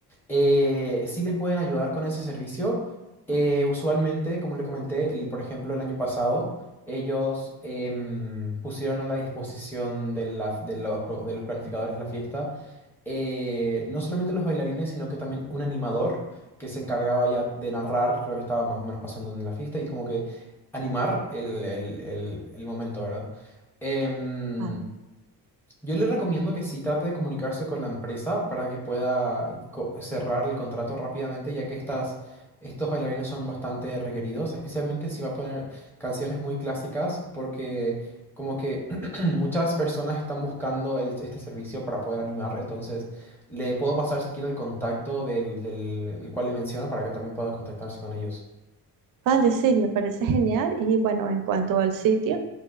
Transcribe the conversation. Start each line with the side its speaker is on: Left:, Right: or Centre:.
Centre: eh, sí le pueden ayudar con ese servicio. Eh, usualmente, como le comenté, el- por ejemplo, el año pasado, ellos em, pusieron a la disposición de, la- de los, pro- de los planificadores de la fiesta, eh, no solamente los bailarines, sino que también un animador que se encargaba ya de narrar lo que estaba más o menos pasando en la fiesta y como que animar el, el- el- el momento, ¿verdad? Em,
Right: Vale.
Centre: yo le recomiendo que sí trate de comunicarse con la empresa para que pueda co- cerrar el contrato rápidamente, ya que estas, estos bailarines son bastante requeridos, especialmente si va a poner canciones muy clásicas, porque como que <clears throat> muchas personas están buscando el- este servicio para poder animar, entonces le puedo pasar si quiere el contacto del, del el cual le menciono para que también pueda contactarse con ellos.
Right: Vale, sí, me parece genial. Y bueno, en cuanto al sitio,